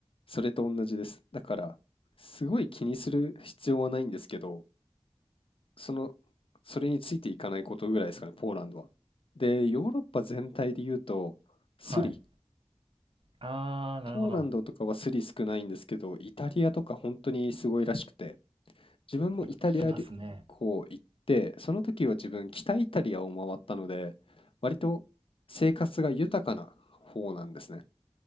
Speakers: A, on the left; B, on the right.
A: それと同じです。だから、すごい気にする必要はないんですけど、その、それについていかないことぐらいですかね、ポーランドは。で、ヨーロッパ全体で言うと、スリ、
B: はい。あー、
A: ポーランドとかはスリ少ないんですけど、
B: なるほど。
A: イタリアとか本当にすごいらしくて、自分もイタリア旅行行って、
B: い聞きますね。
A: その時は自分、北イタリアを回ったので、割と生活が豊かな方なんですね。